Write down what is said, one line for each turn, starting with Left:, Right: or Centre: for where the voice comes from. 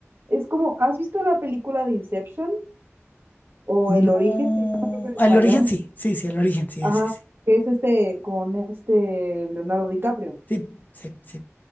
Right: es como, ¿has visto la película de Inception o
Left: No,
Right: El Origen? Se llama creo que en español.
Left: al origen sí, sí, sí, al origen sí,
Right: Ajá,
Left: sí, sí,
Right: que es este con este Leonardo DiCaprio.
Left: sí, sí, sí.